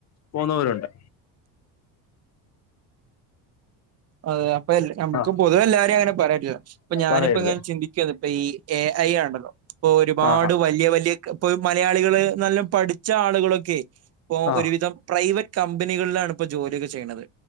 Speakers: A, on the left; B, on the right.
A: പോന്നവരുണ്ട്
B: അതെ അപ്പൊ നമുക്ക്
A: ആ
B: പൊതുവെ എല്ലാരിം അങ്ങനെ പറയാ റ്റൂല്ല. ഇപ്പ ഞാനിപ്പോ
A: പറയരുത്
B: ഇങ്ങനെ ചിന്തിക്കേന്ന്. ഇപ്പ ഈ എ ഐ ആണല്ലോ. ഇപ്പൊ ഒരുപാട്
A: ആ ആ
B: വലിയ വലിയ ഇപ്പൊ മലയാളികള് നല്ല പഠിച്ച ആളുകളൊക്കെ ഇപ്പൊ
A: ആ
B: ഒരുവിധം പ്രൈവറ്റ് കമ്പനികളിലാണ് ഇപ്പോൾ ജോലിയൊക്കെ ചെയ്യണത്